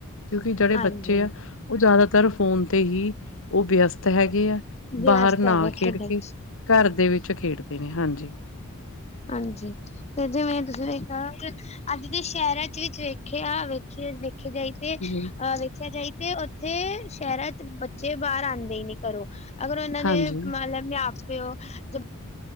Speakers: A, on the left; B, on the left.
A: ਕਿਉਂਕਿ ਜੇੜੇ
B: ਹਾਂਜੀ
A: ਬੱਚੇ ਐ ਓ ਜਾਦਾਤਰ ਫੋਨ ਤੇ ਹੀ ਓ ਵਿਅਸਤ ਹੈਗੇ ਐ।
B: ਵਿਅਸਤ
A: ਬਾਹਰ ਨਾ
B: ਹੈਗਾ
A: ਖੇਡ
B: ਖੇਡਣ
A: ਕੇ,
B: ਚ
A: ਘਰ ਦੇ ਵਿੱਚ ਖੇਡਦੇ ਨੇ ਹਾਂਜੀ।
B: ਹਾਂਜੀ। ਤੇ ਜਿਵੇਂ ਤੁਸੀਂ ਵੇਖਿਆ ਨਾ ਕਿ ਅੱਜ ਦੇ ਸ਼ਹਿਰਾਂ ਚ ਵਿੱਚ ਵੇਖਿਆ, ਵੇਖੇ- ਵੇਖੇ ਜਾਈ ਤੇ ਅ
A: ਜੀ
B: ਵੇਖਿਆ ਜਾਏ ਤੇ ਓਥੇ ਸ਼ਹਿਰਾਂ ਚ ਬੱਚੇ ਬਾਰ ਆਂਦੇ ਈ ਨੀ ਘਰੋਂ ਤੇ ਅਗਰ ਓਨਾਂ ਦੇ
A: ਹਾਂਜੀ
B: ਮਲਬ ਮਾਂ-ਪਿਓ ਜ